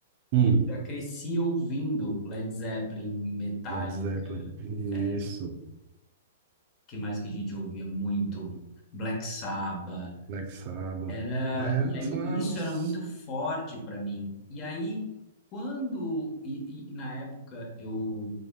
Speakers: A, on the right; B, on the left.
A: hum.
B: e eu já cresci ouvindo Led Zeppelin, Metallica,
A: Led Zeppelin. Isso.
B: é, é, que mais que a gente ouvia muito? Black Sabbath,
A: Black Sabbath.
B: era,
A: É,
B: e aí
A: só
B: isso
A: as...
B: era muito forte para mim. E aí quando e, e na época eu